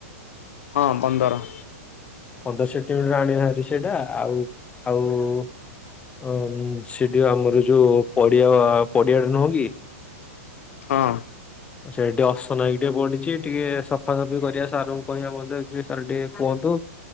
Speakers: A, on the left; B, on the left.
A: ହଁ ପନ୍ଦର।
B: ପନ୍ଦର ସେଣ୍ଟିମିଟର ଆଣିବାଭାରି ସେଇଟା ଆଉ ଆଉ ଅ ସେଠି ଆମର ଯୋଉ ପଡିଆ ପଡିଆ ଟା ନୁହଁ କି?
A: ହଁ।
B: ସେଇଟି ଅସନା ହେଇଟିକେ ବଡିଚି ଟିକେ ସଫାସଫି କରିଆ ସାର୍ ଙ୍କୁ କହିବା <inaudible> ସାର୍ ଟିକେ କୁହନ୍ତୁ।